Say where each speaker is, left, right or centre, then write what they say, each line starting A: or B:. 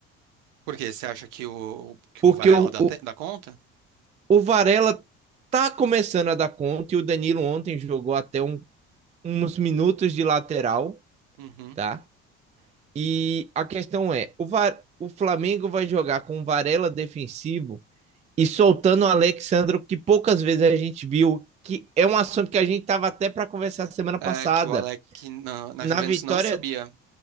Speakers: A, on the right; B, on the right.
A: Porque você acha que o, que
B: Porque
A: o Varela
B: o,
A: dá, te-
B: o,
A: dá conta?
B: o Varela tá começando a dar conta e o Danilo ontem jogou até um, uns minutos de lateral,
A: Uhum.
B: tá? E a questão é, o, Var, o Flamengo vai jogar com o Varela defensivo e soltando o Alexandro, que poucas vezes a gente viu, que é um assunto que a gente tava até para conversar semana
A: É,
B: passada.
A: que o Alec na, na
B: Na
A: Juventus
B: vitória
A: não subia.